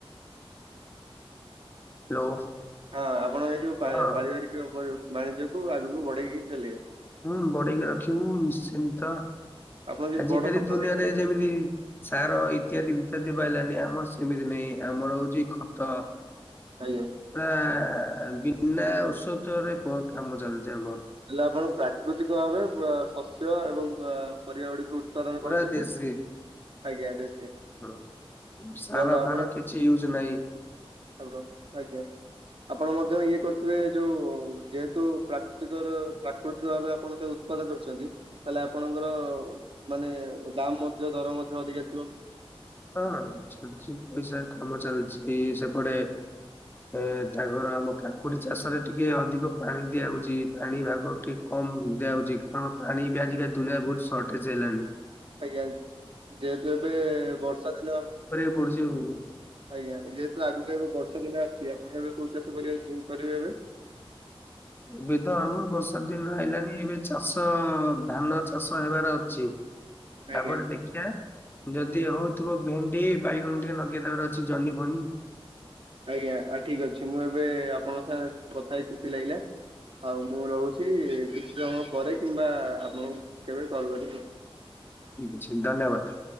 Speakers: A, on the left (about 20°); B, on the right (about 60°).
A: ଲୋ
B: ହଁ ଆପଣ ଏଇ ଯୋଉ
A: ହଁ
B: ପା ପାରିବାରିକ ବାଣିଜ୍ୟକୁୁ ଆଗକୁ ବଢେଇକି ଚାଲିବେ।
A: ହୁଁ ବଢେଇକି ରଖିବୁ ନିଶ୍ଚିନ୍ତ।
B: ଆପଣ ଯଦି
A: ଆଜିକାଲି
B: ବଡ ସ୍ୱପ୍ନ
A: ଦୁନିଆରେ
B: ଦେଖି
A: ଯେମିତି ସାର ଇତ୍ୟାଦି ବିତ୍ୟାଦି ପାଇଲାନି, ଆମର ସେମିତି ନାଇଁ ଆମର ହଉଛି ଖତ।
B: ଆଜ୍ଞା।
A: ପୁରା ବିନା ଔଷଧରେ କାମ ଚାଲିଚି ଆମର।
B: ହେଲେ ଆପଣ ପ୍ରାକୃତିକ ଭାବେ ଶସ୍ୟ ଏବଂ ବା ପରିବା ଗୁଡିକ ଉତ୍ପାଦନ
A: ପୁରା
B: କରୁଛନ୍ତି।
A: ଦେଶୀ
B: ଆଜ୍ଞା <unintelligible>
A: ହଁ। ସାର
B: ଭଲ
A: ଫାର
B: ଆପଣଙ୍କ
A: କିଛି ୟୁଜ ନାହିଁ।
B: ଆପଣଙ୍କ ଆଜ୍ଞା। ଆପଣ ମଧ୍ୟ ଇଏ କରିଥିବେ ଯୋଉ ଯେହେତୁ ପ୍ରାକୃ ପ୍ରାକୃତିକ ଭାବେ ଆପଣ ତାକୁ ଉତ୍ପାଦ କରିଛନ୍ତି ତାହେଲେ ଆପଣଙ୍କର ମାନେ ଦାମ୍ ମଧ୍ୟ ଦର ମଧ୍ୟ ଅଧିକା ଥିବ।
A: ହଁ ଚାଲିଛି, ପଇସା କାମ ଚାଲିଛି ସେପଟେ। ଏ ତାଙ୍କର ଆମ କାକୁଡି ଚାଷ ରେ ଟିକେ ଅଧିକ ପାଣି ଦିଆ ହଉଛି, ପାଣି ଭାଗ ଟିକେ କମ ଦିଆହଉଛି, କାରଣ ପାଣି ବି ଆଜିକାଲି ଦୁନିଆରେ ବହୁତ ସର୍ଟେଜ ହେଲାଣି।
B: ଆଜ୍ଞା, ଯେହେତୁ ଏବେ ବର୍ଷା ଦିନ।
A: ପଛିିବ <unintelligible>
B: ଆଜ୍ଞା ଯେହେତୁ, ଆଗକୁ ଏବେ ବର୍ଷା ଦିନ ଆସୁଛି ଆପଣ ଏବେ କୋଉ ଚାଷ କରିବା, କରିବେ ଏବେ।
A: ଏବେ ତ ଆମ ବର୍ଷା ଦିନ ଆଇଲାଣି ଏବେ ଚାଷ ଧାନ ଚାଷ ହେବାର ଅଛି। ତାପରେ
B: ଆଜ୍ଞା
A: ଦେଖିବା। ଯଦି ହଉଥିବ, ଭେଣ୍ଡି, ବାଇଗଣ, ଟିକେ ନଗେଇ ଦବାର ଅଛି ଜହ୍ନି, ଫନି।
B: ଆଜ୍ଞା ଆ ଠିକ ଅଛି। ମୁଁ ଏବେ ଆପଣଙ୍କ ସାଙ୍ଗରେ କଥା ହେଇ ଖୁସି ଲାଗିଲା। ଆଉ ମୁଁ ରହୁଛି, କିଛି ସମୟ ପରେ, କିମ୍ବା ଆପଣଙ୍କୁ କେବେ କଲ୍ କରିବି ଆଉ।
A: ଠିକ୍ ଅଛି ଧନ୍ୟବାଦ।